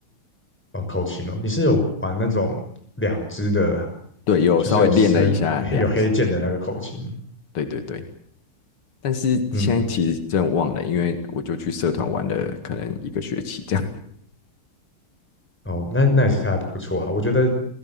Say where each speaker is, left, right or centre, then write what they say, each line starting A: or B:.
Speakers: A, in the centre; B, on the left.
A: 哦，口琴哦，你是有玩那种两只的
B: 对，有稍微练了一下两指。
A: 就是有深有黑键的那个口琴，
B: 对对对，但是现在其实真的忘了，
A: 嗯，
B: 因为我就去社团玩了可能一个学期这样，
A: 哦，那那也是还不错啦。我觉得